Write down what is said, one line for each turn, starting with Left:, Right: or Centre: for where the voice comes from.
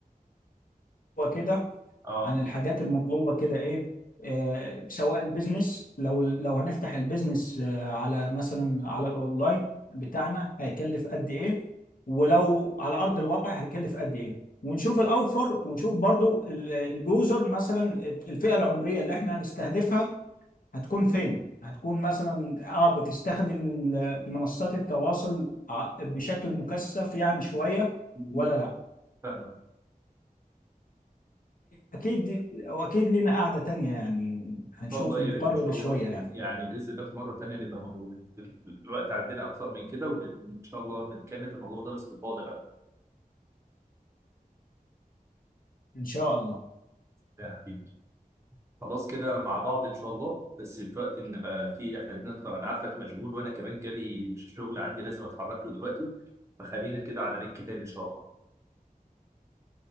Left: كده
Right: اه
Left: عن الحاجات المطلوبة كده ايه آه سواء البيزنس لو لو هنفتح البيزنس آه على مثلا على الاونلاين بتاعنا هيكلف قد ايه ولو على ارض الواقع هيكلف قد ايه ونشوف الاوفر ونشوف برضو ال- اليوزر مثلا الفئة العمرية اللي احنا هنستهدفها هتكون فين؟ هتكون مثلا اه بتستخدم ال- منصات التواصل ع- بشكل مكثف يعني شوية
Right: مم.
Left: ولا لا؟
Right: فاهمك
Left: واكيد واكيد لنا قعدة تانية يعني هنشوف
Right: ان شاء الله
Left: نقرر
Right: يعني ان شاء
Left: شوية
Right: الله
Left: يعني
Right: يعني باذن الله في مره تانيه نبقى موجود الوقت عندنا اكثر من كده وان شاء الله نتكلم في الموضوع ده باستفاضه بقى
Left: ان شاء الله
Right: يا حبيبي خلاص كده مع بعض ان شاء الله بس في وقت ان بقى في احنا بنطلع انا عارفك مشغول وانا كمان جالي شغل عندي لازم اتحرك له دلوقتي فخلينا كده على لينك تاني ان شاء الله